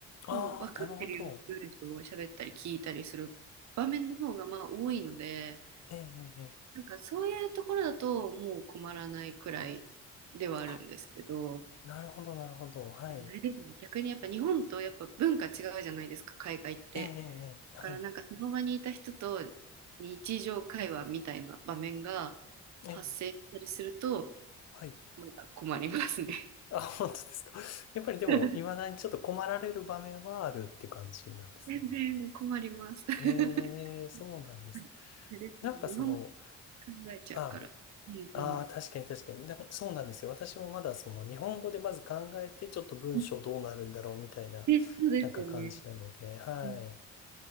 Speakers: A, on the left; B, on the right.
A: ああ、
B: もう分かってるような文章を喋ったり聞いたりする場面の方がまあ多いので、
A: なるほど。ええ。ええええ
B: なんかそういうところだともう困らないくらいではあるんですけど。
A: あ、なるほど、なるほど。はい。
B: あれですね、逆にやっぱ日本とやっぱ文化違うじゃないですか、海外って。
A: ええ。ええええはい。
B: だからなんかその場にいた人と日常会話みたいな場面が
A: ええ。
B: 発生したりすると、
A: はい。
B: まだ困りますね。
A: あ、本当ですか。やっぱりでも、
B: <laughs>
A: いまだにちょっと困られる場面はあるって感じなんですね。
B: 全然困ります。<laughs>
A: ええ、そうなんです。
B: はいそうですね日本語考えちゃうから。
A: なんかその、あ、
B: うんう
A: あー、確かに確かにな、そうなんですよ。私もまだその日本語でまず考えて、ちょっと文章どうなるんだろうみたいな、
B: ん。で、そうですよね。
A: なんか感じなので、はい。
B: うん